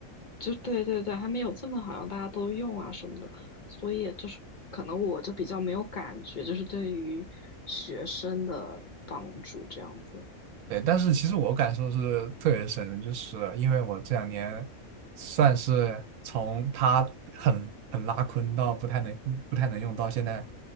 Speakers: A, on the left; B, on the right.
A: 就对对对，还没有这么好像大家都用啊什么的，所以就是可能我就比较没有感觉，就是对于学生的帮助这样子。
B: 对，但是其实我感受是特别深的，就是因为我这两年算是从他很很拉坤到不太能不太能用到现在